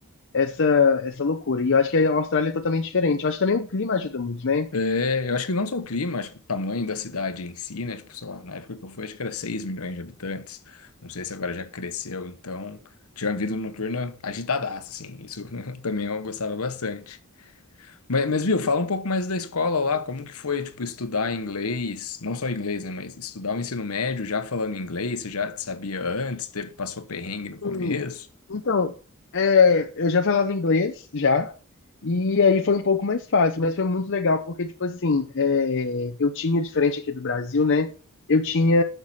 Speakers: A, on the left (about 55°); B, on the left (about 75°).
A: essa, essa loucura. E eu acho que a Austrália é totalmente diferente. Eu acho que também o clima ajuda muito, né?
B: É, eu acho que não só o clima, acho que o tamanho da cidade em si, né? Tipo, sei lá, na época que eu fui, acho que era 6 milhões de habitantes. Não sei se agora já cresceu, então tinha uma vida noturna agitadaça, assim. Isso <laughs> também eu gostava bastante. Mas, mas, viu, fala um pouco mais da escola lá, como que foi, tipo, estudar inglês, não só inglês, né, mas estudar o ensino médio já falando inglês, você já sabia antes, teve, passou perrengue no começo?
A: Hum, Então, é, eu já falava inglês, já, e aí foi um pouco mais fácil, mas foi muito legal, porque, tipo assim, é, eu tinha, diferente aqui do Brasil, né? Eu tinha